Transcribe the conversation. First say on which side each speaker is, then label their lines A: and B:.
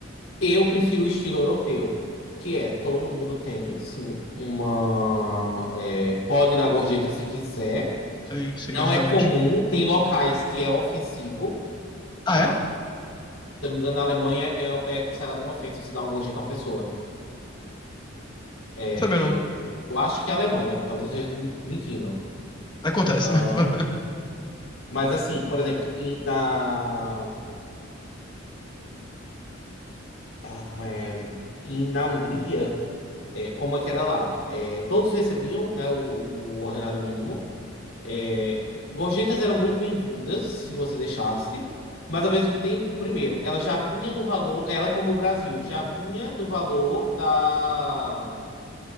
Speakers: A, on the left (about 85°); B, on the left (about 25°).
A: Eu prefiro o estilo europeu, que é todo mundo tem, sim, uma. é, pode dar gorjeta se quiser.
B: Sim, sim,
A: Não
B: exatamente.
A: é comum, tem locais que é ofensivo,
B: Ah,
A: tá?
B: é?
A: Se eu não me engano, na Alemanha é, é considerado uma ofensa você dar uma gorjeta a uma pessoa. É,
B: Sabia não.
A: Eu acho que é a Alemanha, talvez eu esteja me- mentindo.
B: Acontece,
A: Ah,
B: né? <laughs>
A: mas assim, por exemplo, em- na. ah, como é? Em, na Hungria, é, como é que era lá? É, todos recebiam, né, o o ordenado mínimo. É, gorjetas eram muito bem-vindas, se você deixasse, mas ao mesmo tempo, primeiro, ela já vinha no valor, ela é como o Brasil, já vinha no valor da,